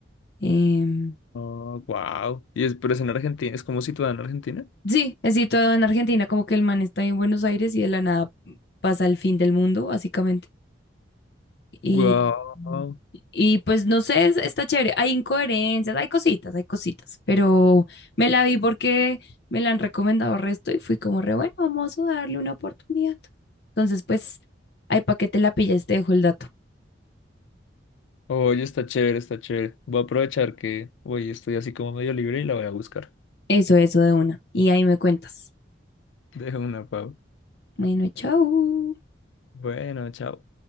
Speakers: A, on the left; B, on the left.
A: Em,
B: Oh, wow. ¿Y es, pero es en Argentina? ¿Es como situada en Argentina?
A: sí, es situado en Argentina, como que el man está en Buenos Aires y de la nada pasa el fin del mundo, básicamente. Y,
B: Wow,
A: y pues no sé, es- está chévere. Hay incoherencias, hay cositas, hay cositas, pero me la vi porque me la han recomendado resto y fui como re bueno, vamos a darle una oportunidad. Entonces, pues, ahí para que te la pilles, te dejo el dato.
B: Oye, está chévere, está chévere. Voy a aprovechar que hoy estoy así como medio libre y la voy a buscar.
A: Eso, eso de una. Y ahí me cuentas.
B: Dejo una, Pau.
A: Bueno, chao.
B: Bueno, chao.